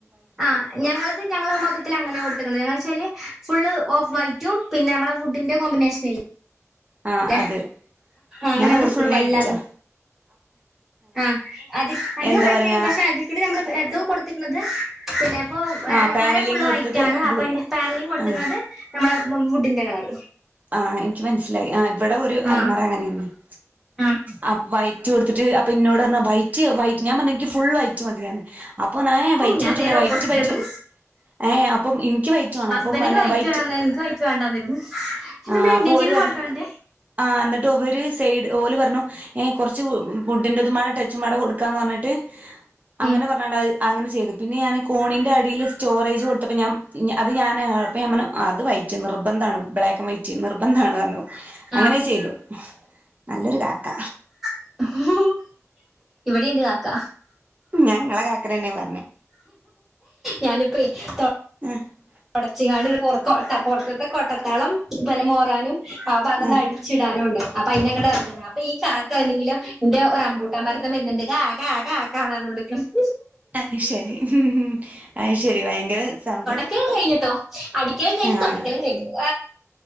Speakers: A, in the centre; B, on the right.
A: ആ ഞങ്ങള്ത് ഞങ്ങൾ മൊത്തത്തിൽ അങ്ങനെ കൊടു <unintelligible> ഫുള് ഓഫ് വൈറ്റും പിന്നെ നമ്മെ വുഡ്ന്റെ കോമ്പിനേഷൻ
B: ആ
A: ല്ല
B: അത്
A: അങ്ങനെ
B: ഞങ്ങളത്
A: കൊടുത്തിക്കാണ്
B: ഫുൾ വൈറ്റാ
A: ഇല്ലതും ആ ആ അധികം
B: എന്താ പറയാ
A: അതിൽകൂടി അത് കൊടുത്തിക്കണത് പിന്നെ അപ്പോ
B: ആ
A: അലമാര
B: പാനലിങ്
A: ഫുള്ള്
B: കൊടുത്തത്
A: വൈറ്റ് ആണ് അപ്പൊ
B: ബ്ലൂ
A: അതിന്റെ പാനലിംഗ് കൊടുത്തിരിക്കുന്നത്
B: ആഹ്
A: നമ്മള് ഉം വുഡിൻ്റെ കളർ
B: ആ എനിക്ക് മനസ്സിലായി ആ ഇവിടെ ഒരു
A: ആഹ്
B: അൽമറ അങ്ങനെ തന്നെയാ
A: ആഹ്
B: ആ വൈറ്റ് കൊടുത്തിട്ട് അപ്പൊ ഇന്നോട് പറഞ്ഞ വൈറ്റ് വൈറ്റ് ഞാൻ പറഞ്ഞെനിക്ക് ഫുൾ വൈറ്റ് മതിയെന്ന് പറഞ്ഞെ അപ്പൊ ന്നാലെ വൈറ്റ്
A: ഞാൻ
B: പറ്റൂല്ല
A: നേരെ
B: വൈറ്റ്
A: ഓപ്പോസിറ്റ്
B: പറ്റ്
A: ആയിരുന്നു
B: ങേ അപ്പം എനിക്ക് വൈറ്റ് വാണം
A: ഹസ്ബൻഡിന്
B: അപ്പം വൈറ്റ്
A: വേണം എനിക്ക് വൈറ്റ് വേണ്ടാന്നിരുന്നു ഇത്
B: ആ
A: മെയിന്റെയിൻ
B: അപ്പൊ ഓര്
A: ചെയ്ത്
B: പർഞ്ഞ്
A: കൊണ്ടോണ്ടേ
B: ആ എന്നിട്ട് ഇവര് സൈഡ് ഓല് പറഞ്ഞു കുറച്ച് വുഡിന്റെതു ടച്ചുംമ്പാടെ കൊടുക്കാന്ന് പറഞ്ഞിട്ട് അങ്ങനെ
A: ഉം
B: പറഞ്ഞാണ്ടത് അങ്ങനെ ചെയ്തു പിന്നെ ഞാൻ കോണിൻ്റെ അടിയിൽ സ്റ്റോറേജ് കൊടുത്തപ്പം ഞാൻ അത് ഞാൻ അപ്പം ഞാൻ പറഞ്ഞു അത് വൈറ്റ് നിർബന്ധാണ് ബ്ലാക്കൻ വൈറ്റ് നിർബന്ധാണ്ന്ന് പർഞ്ഞു അങ്ങനെ
A: ആഹ്
B: അഹ് ചെയ്തു നല്ലൊരു കാക്ക
A: ഉം ഇവിടീണ്ട് കാക്ക
B: ഞാൻ ഇങ്ങളെ കാക്കനെന്നെ പറഞ്ഞെ
A: ഞാനിപ്പേ തൊ
B: <unintelligible>
A: ട്ച്ച്ങ്ങാണ്ട് പുറ പുറത്ത്ത്തെ കൊട്ടത്തളം പിന്നെ മോറാനും അപ്പൊ അതൊന്ന്
B: ആഹ്
A: അടിച്ചിടാനുണ്ട് അപ്പയിനങ്ങട്ട് എറങ്ങിയതാ അപ്പം ഈ കാക്ക ആണെങ്കിലോ ഇൻ്റെ റംബുട്ടാൻ മരത്തിൻമേലിരുന്നോണ്ട് കാ കാ കാ ന്നു പറഞ്ഞോണ്ടിരിക്ക് ണ്
B: അത് ശരി അത് ശരി ഭയങ്കര സൗണ്ട്
A: ക്കലൊക്കെ കഴിഞ്ഞിട്ടോ അടിക്കലും കഴിഞ്ഞ്
B: ആഹ്
A: തൊടക്കലും കഴിഞ്ഞു <unintelligible>